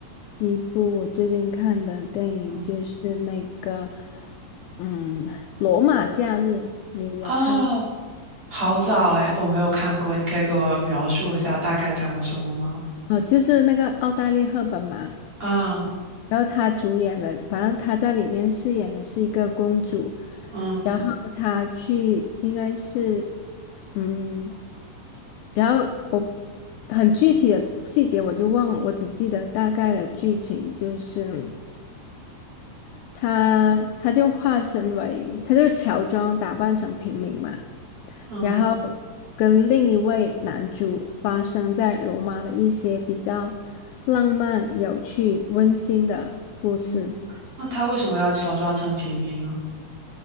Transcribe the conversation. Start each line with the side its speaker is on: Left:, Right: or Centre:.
Left: 一部我最近看的电影就是那个，
Right: 嗯
Left: 嗯，《罗马假日》，你有看过？
Right: 哦，好早哎，我没有看过，你可以给我描述一下大概讲的什么吗？
Left: 哦，就是那个奥黛丽·赫本嘛。
Right: 啊
Left: 然后她主演的，反正她在里面饰演的是一个公主，
Right: 嗯
Left: 然后她去应该是，嗯，然后我很具体的细节我就忘了，我只记得大概的剧情就是。他他就化身为，他就乔装打扮成平民嘛，
Right: 嗯
Left: 然后跟另一位男主发生在罗马的一些比较浪漫、有趣、温馨的故事。
Right: 嗯，那他为什么要乔装成平民啊？